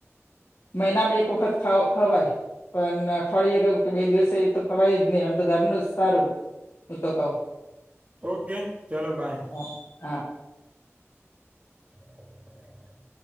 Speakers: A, on the left (about 60°); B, on the right (about 30°).
A: મહિનામાં એક વખત ખા ખવાય પણ અઠવાડિયે કે બે દિવસે એ તો ખવાય જ નહી આમ તો ઘરનું જ સારું હુ તો કઉ
B: ઓકે ચલો બાય.
A: હા હા
B: <unintelligible>